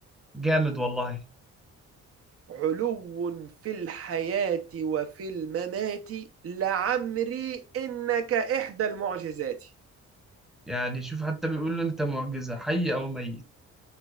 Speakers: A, in the centre; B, on the right.
A: جامد والله
B: علو في الحياة وفي الممات لعمري إنك إحدى المعجزات
A: يعني شوف حتى بيقول له انت معجزة حي او ميت